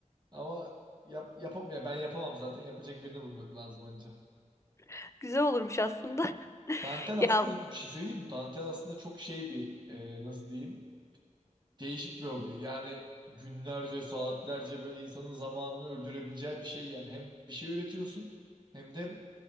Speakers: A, on the right; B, on the left.
A: Ama yap, yapamam ya ben yapamam zaten yapacak birini bulmak lazım anca.
B: <laughs> Güzel olurmuş aslında. <laughs>
A: Dantel aslında
B: Ya
A: bir şey söyleyeyim mi? Dantel aslında çok şey bir e, nasıl diyeyim? Değişik bir hobi. Yani günlerce, saatlerce böyle insanın zamanını öldürebileceği bir şey yani. Hem bir şey üretiyorsun hem de